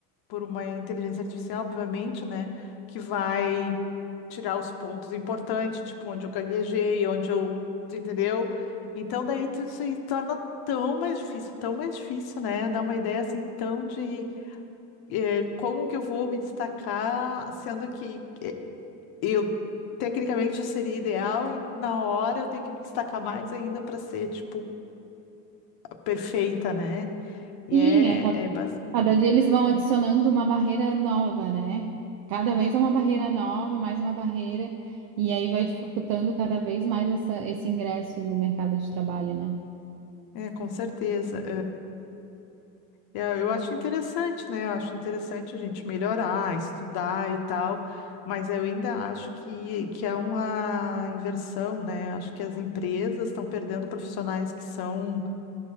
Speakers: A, on the left (about 50°); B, on the right (about 55°).
A: por uma inteligência artificial, obviamente, né? Que vai tirar os pontos importantes, tipo onde eu gaguejei, onde eu, tu entendeu? Então daí tudo isso aí torna tão mais difícil, tão mais difícil, né? Dá uma ideia assim tão de é, como que eu vou me destacar, sendo que é, eu, tecnicamente, eu seria ideal e na hora eu tenho que me destacar mais ainda para ser, tipo, perfeita, né? E
B: Sim,
A: é,
B: é
A: é, é, bas-
B: Cada dia eles vão adicionando uma barreira nova, né? Cada vez é uma barreira nova, mais uma barreira, e aí vai dificultando cada vez mais essa- esse ingresso no mercado de trabalho, né?
A: é, com certeza. é, eu acho interessante, né? Eu acho interessante a gente melhorar, estudar e tal, mas eu ainda acho que, que há uma inversão, né? Acho que as empresas estão perdendo profissionais que são,